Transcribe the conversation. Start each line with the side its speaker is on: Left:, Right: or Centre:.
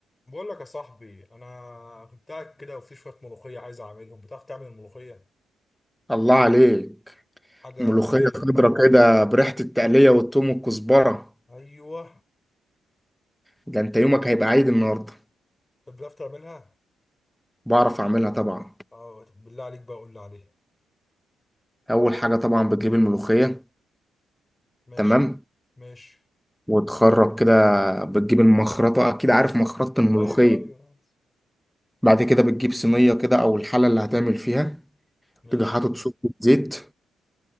Left: بقول لك يا صاحبي انا كنت قاعد كده وفي شويه ملوخيه عايز اعملهم بتعرف تعمل الملوخيه
Centre: الله عليك
Left: حاجه
Centre: ملوخية
Left: اصيله
Centre: خضرة كده بريحة التقلية والثوم والكزبرة
Left: ايوه
Centre: ده انت يومك هيبقى عيد النهاردة
Left: طب بتعرف تعملها
Centre: بعرف اعملها طبعا
Left: اه طب بالله عليك بقى قول لي عليها
Centre: اول حاجة طبعا بتجيب الملوخية
Left: ماشي
Centre: تمام
Left: ماشي
Centre: وتخرج كده بتجيب المخرطة اكيد عارف مخرطة الملوخية
Left: ايوه ايوه
Centre: بعد كده بتجيب صينية كده او الحلة اللي هتعمل فيها
Left: ماشي
Centre: تيجي حاطط سكة زيت